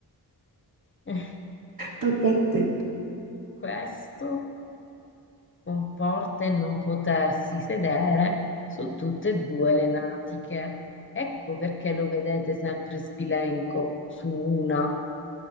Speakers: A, on the left; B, on the right.
A: <laughs>
B: Tocca a te.
A: Questo comporta il non potersi sedere su tutte e due le natiche. Ecco perché lo vedete sempre sbilenco su una,